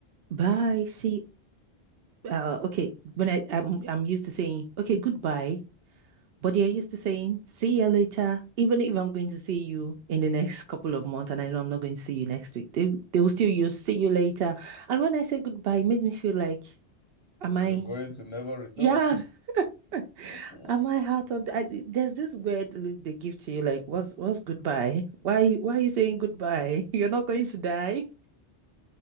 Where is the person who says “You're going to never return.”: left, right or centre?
Left